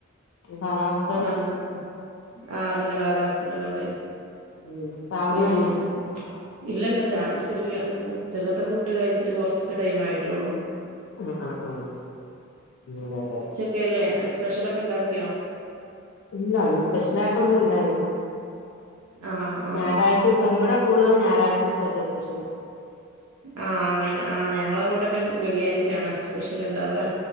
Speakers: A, on the left; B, on the right.
A: കാലാവസ്ഥ
B: അതെ ആഹ് അതന്നെ കാലാവസ്ഥന്റെ കൊണ്ട്
A: ഉം ചായ കുടി
B: പിന്നെ
A: കഴിഞ്ഞോ
B: ഇല്ലല്ല ചായ കുടിച്ചിട്ടില്ല. ഉച്ചകത്തെ ഫുഡ് കഴിച്ചിട്ട് കുറച്ച് ടൈം ആയിട്ടുള്ളു
A: ആഹ് ആഹ് ആഹ് അങ്ങനെയാ അല്ലെ
B: ക്കല്ലേ, സ്പെഷ്യൽ ഒക്കെ ഉണ്ടാക്കിയോ?
A: ഇല്ല ഇന്ന് സ്പെഷ്യൽ ആയിട്ടൊന്നും ഇല്ലായിന്ന്
B: ആഹ് ആഹ്
A: ഞായാഴ്ച ദിവസൊക്കെ, ഇവിടെ കൂടുതലും ഞായറാഴ്ച ദിവസൊക്കെയാ സ്പെഷ്യല്
B: ആഹ് അങ്ങനെ ആഹ് ഞങ്ങളെ അങ്ങോട്ടൊക്കെ വെള്ളിയാഴ്ചയാണ് സ്പെഷ്യൽ ഇണ്ടാവുക